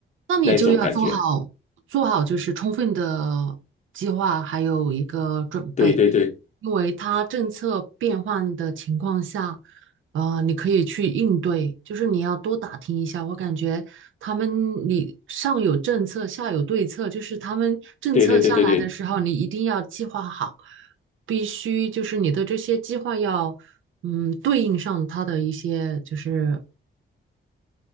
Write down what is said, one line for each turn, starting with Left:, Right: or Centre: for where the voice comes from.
Right: 那你就要做好做好就是充分的计划，
Left: 那种感觉。
Right: 还有一个准备，
Left: 对对对
Right: 因为它政策变换的情况下，呃，你可以去应对，就是你要多打听一下。我感觉他们你上有政策，下有对策，就是他们政策下来的时候，
Left: 对对对对对
Right: 你一定要计划好，必须就是你的这些计划要嗯对应上他的一些就是。